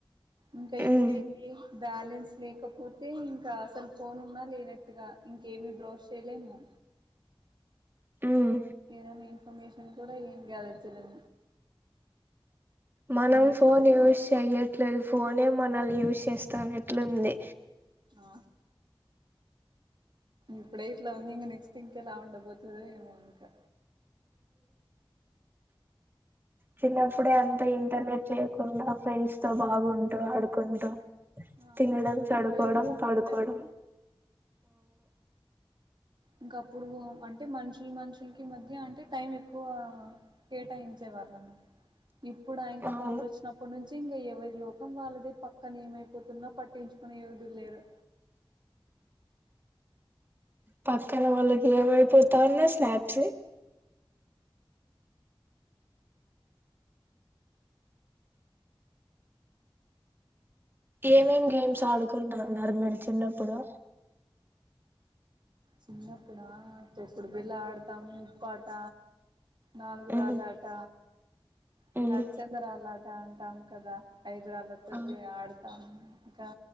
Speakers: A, on the right; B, on the right.
A: ఇంకా ఇప్పుడు
B: మ్మ్
A: ఏంది బ్యాలెన్స్ లేకపోతే ఇంకా అసలు ఫోన్ ఉన్నా లేనట్టుగా ఇంకేమి బ్రౌష్ చేయలేము.
B: మ్మ్
A: ఏదన్నీ పర్మిషన్ కూడా ఏం గెల్చలేం
B: మనం
A: నెట్
B: ఫోన్ యూజ్ చెయ్యట్లేదు ఫోనే మనల్ని యూజ్ చేస్తావున్నెట్లుంది
A: ఆ ఇప్పుడే ఇట్ల ఉంది, ఇంకా నెక్స్ట్ ఇంకెలా ఉండ బోతుదో ఏమో ఇంకా,
B: చిన్నప్పుడే అంతా ఇంటర్నెట్ లేకుండే ఫ్రెండ్స్ తో బాగుంటు ఆడుకుంటూ.
A: ఆ
B: తినడం చదువుకోవడం
A: ఇప్పుడే బాగుండే
B: పడుకోవడం
A: ఇంకా అప్పుడు అం టే మనుషులు మనుషులకి మధ్య అంటే టైం ఎక్కువ కేటాయించే వాళ్లము ఇప్పుడు ఆ ఇంక
B: అవును
A: ఫోన్లు వచ్చినప్పుడు నుం <unintelligible> ఎవరి లోకం వాళ్ళదే పక్కన ఏమైపోతున్నా పట్టించుకునే యోధులేరు
B: పక్కన వాళ్ళకి ఏమైపోతా ఉన్నా స్నాప్స్ ఏమేం గేమ్స్ ఆడుకుంటున్నారు మీరు చిన్నప్పుడు
A: చిన్నప్పుడా తొక్కుడు బిళ్ళ ఆడతాము ఉప్పాట నాలుగురాళ్ళాట
B: మ్మ్
A: ఇంగ
B: మ్మ్
A: అచ్చేంద రాళ్ళ టాంటాం కదా <unintelligible> చెప్పి
B: ఆ
A: ఆడతాము ఇంకా